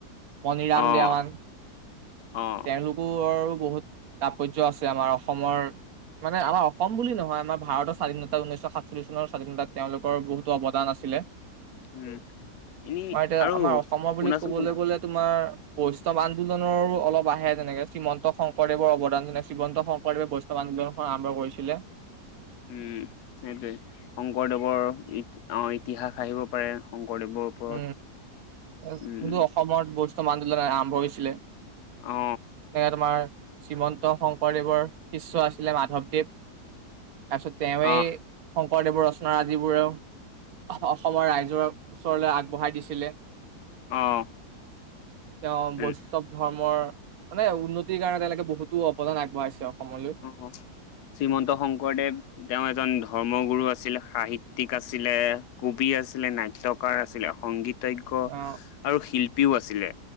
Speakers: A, on the right; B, on the left.
A: মণিৰাম
B: অঁ
A: দেৱান।
B: অঁ
A: তেওঁলোকৰৰো বহুত তাৎপৰ্য্য আছে আমাৰ অসমৰ মানে আমাৰ অসম বুলি নহয় <unintelligible> আমাৰ ভাৰতৰ স্বাধীনতা উনৈশ সাতচল্লি চনৰ স্বাধীনতা তেওঁলোকৰ বহুতো অৱদান আছিলে।
B: উম এনেই
A: তোমাৰ এতিয়া
B: আৰু
A: আমাৰ অসমৰ বুলি
B: শুনাচোন
A: ক'বলৈ
B: শুনা
A: গ'লে তোমাৰ। বৈষ্ণৱ আন্দোলনৰো অলপ আহে যেনেকে শ্ৰীমন্ত শংকৰদেৱৰ অৱদান যেনে শ্ৰীমন্ত শংকৰদেৱে বৈষ্ণৱ <unintelligible> আৰম্ভ কৰিছিলে।
B: উম, সেইটোৱেই, শংকৰদেৱৰ ইত অ', ইতিহাস আহিব পাৰে। শংকৰদেৱৰ ওপৰত
A: উম, <unintelligible>
B: উম
A: অসমত ব <unintelligible> আন্দোলন আৰম্ভ হৈছিলে
B: অ
A: সেনেকে তোমাৰ শ্ৰীমন্ত শংকৰদেৱৰ শিষ্যয় আছিলে মাধৱদেৱ তাৰপিছত তেৱে
B: অ
A: শংকৰদেৱৰ ৰচনা আ যিবোৰেও অসমৰ ৰাইজৰ ওচৰলৈ আগবঢ়াই দিছিলে।
B: অ'।
A: তেওঁ
B: উম
A: বৈষ্ণৱ ধৰ্মৰ মানে উন্নতিৰ কাৰণে তেওঁলোকে বহুতো অৱদান আগবঢ়াইছে অসমলৈ।
B: অ', শ্ৰীমন্ত শংকৰদেৱ তেওঁ এজন ধৰ্মগুৰু আছিল সাহিত্যয়িক আছিলে কবি আছিলে নাট্যয়কাৰ আছিলে সংগীত। পজ্ঞ
A: অ
B: আৰু শিল্পীও আছিলে।